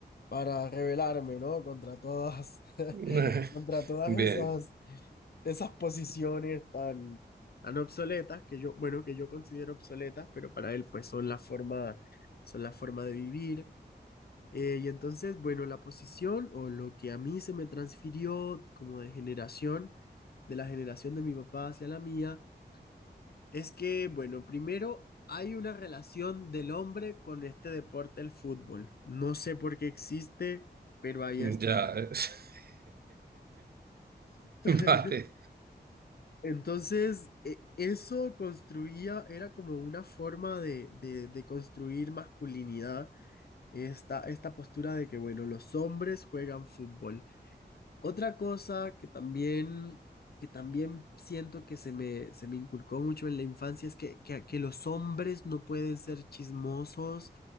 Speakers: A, on the left; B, on the right.
A: para rebelarme, ¿no? Contra todas, <laughs>
B: <laughs>
A: contra todas
B: Bien,
A: esas, esas posiciones tan, tan obsoletas que yo, bueno, que yo considero obsoletas, pero para él pues son la forma, son la forma de vivir. Eh, y entonces, bueno, la posición o lo que a mí se me transfirió como de generación, de la generación de mi papá hacia la mía, es que, bueno, primero hay una relación del hombre con este deporte, el fútbol. No sé por qué existe, pero ahí
B: ya.
A: está.
B: <laughs>
A: <laughs>
B: Vale.
A: Entonces, e- eso construía, era como una forma de, de, de construir masculinidad, esta, esta postura de que, bueno, los hombres juegan fútbol. Otra cosa que también, que también siento que se me, se me inculcó mucho en la infancia es que, que, que los hombres no pueden ser chismosos